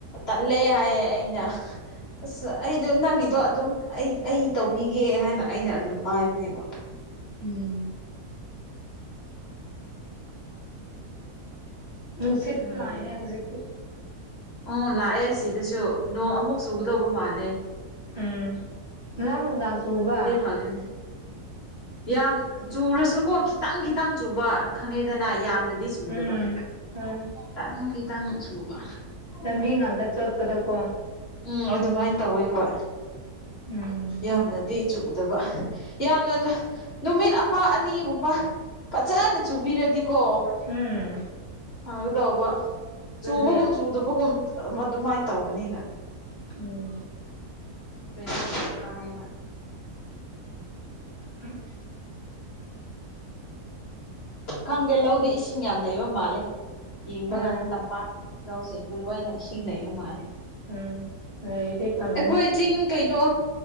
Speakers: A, on the left; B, on the left.
A: ꯇꯜꯂꯦ ꯍꯥꯏꯌꯦ ꯑꯩꯅ ꯑꯁ ꯑꯩꯗꯣ ꯅꯪꯒꯤꯗꯣ ꯑꯗꯨꯝ ꯑꯩ ꯑꯩ ꯇꯧꯕꯤꯒꯦ ꯍꯥꯏꯅ ꯑꯩꯅ ꯑꯗꯨꯝ ꯄꯥꯏꯕꯅꯦꯕ
B: ꯎꯝ ꯅꯨꯡꯁꯤꯠꯄꯨ
A: ꯈꯪꯗꯦ
B: ꯂꯥꯛꯏꯅꯦ ꯍꯧꯖꯤꯛꯇꯤ
A: ꯎꯝ ꯂꯥꯛꯑꯦ ꯁꯤꯗꯁꯨ ꯅꯣꯡ ꯑꯃꯨꯛ ꯆꯨꯒꯗꯧꯕ ꯃꯥꯜꯂꯦ
B: ꯎꯝ ꯉꯔꯥꯡ ꯅꯨꯡꯗꯥꯡ ꯆꯨꯕꯔꯥ
A: ꯍꯧ <unintelligible> ꯌꯥꯝ ꯆꯨꯔꯁꯨꯀꯣ ꯈꯤꯇꯪ ꯈꯤꯇꯪ ꯆꯨꯕ ꯈꯪꯉꯦꯗꯅ ꯌꯥꯝꯅꯗꯤ ꯆꯨꯗꯕ
B: ꯎꯝ ꯎꯝ
A: ꯇꯪ ꯈꯤꯇꯪꯅ ꯆꯨꯕ
B: ꯂꯝꯕꯤ ꯉꯥꯡꯇ ꯆꯠꯄꯗ ꯀꯣ
A: ꯎꯝ ꯑꯗꯨꯃꯥꯏꯅ ꯇꯧꯋꯤ ꯍꯣꯏ
B: ꯎꯝ
A: ꯌꯥꯝꯅꯗꯤ ꯆꯨꯗꯕ ꯌꯥꯝꯅ ꯅ ꯅꯨꯃꯤꯠ ꯑꯃ ꯑꯅꯤꯒꯨꯝꯕ ꯐꯖꯅ ꯆꯨꯕꯤꯔꯗꯤꯀꯣ
B: ꯎꯝ
A: ꯐꯒꯗꯧꯕ
B: ꯑꯗꯨꯅꯦ
A: ꯆꯨꯕꯒꯨꯝ ꯆꯨꯗꯕꯒꯨꯝ ꯑꯗꯨꯃꯥꯏꯅ ꯇꯧꯕꯅꯤꯅ
B: ꯎꯝ
A: ꯕꯦ <unintelligible> ꯀꯥꯏꯌꯦꯕ
B: ꯎꯝ
A: ꯈꯪꯗꯦ ꯂꯧꯗꯤ ꯏꯁꯤꯡ ꯌꯥꯝ ꯂꯩꯕ ꯃꯥꯜꯂꯦ ꯌꯦꯡꯕ
B: ꯎꯝ
A: ꯀꯥꯟꯗ ꯇꯝꯄꯥꯛ ꯂꯧꯁꯤꯡꯗꯨ ꯂꯣꯏꯅ ꯏꯁꯤꯡ ꯂꯩꯕ ꯃꯥꯜꯂꯤ
B: ꯎꯝ ꯂꯩꯔꯗꯤ ꯐꯒꯅꯤ
A: ꯑꯩꯈꯣꯏ ꯆꯤꯡ ꯀꯩꯅꯣ